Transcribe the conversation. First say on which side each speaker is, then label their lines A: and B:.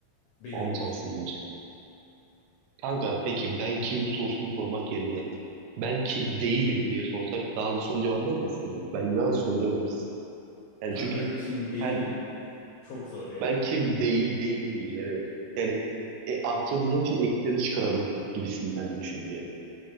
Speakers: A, on the left (about 85°); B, on the right (about 75°).
A: Benimdir.
B: Omuz alsınlar. Kanka peki ben kim sorusunu sormak yerine ben kim değilim diye sorsak daha hızlı sonuca varmaz mıyız sence? Bence daha hızlı sonuca varırız. Yani
A: Kan
B: çünkü
A: ben kim değilim
B: ben,
A: çok zor ya.
B: ben kim değil değil miyim yani. Yani e, artırmak için eksileri çıkaralım gibisinden bir düşünce.